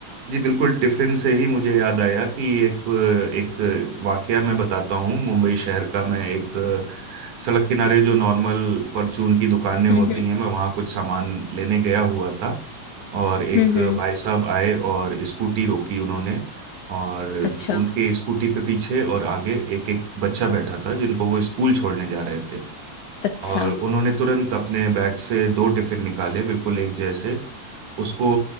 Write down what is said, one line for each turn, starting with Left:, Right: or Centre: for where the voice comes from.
Right: जी बिल्कुल टिफिन से ही मुझे याद आया कि एक एक वाकया मैं बताता हूँ मुंबई शहर का मैं एक सड़क किनारे जो नॉर्मल परचून की दुकानें होती
Left: हम्म
Right: हैं मैं वहाँ कुछ सामान लेने गया हुआ था और एक
Left: हम्म हम्म
Right: भाई साहब आए और स्कूटी रोकी उन्होंने और
Left: अच्छा
Right: उनके स्कूटी पे पीछे और आगे एक एक बच्चा बैठा था जिनको वो स्कूल छोड़ने जा रहे थे
Left: अच्छा
Right: और उन्होंने तुरंत अपने बैग से दो टिफिन निकाले बिल्कुल एक जैसे उसको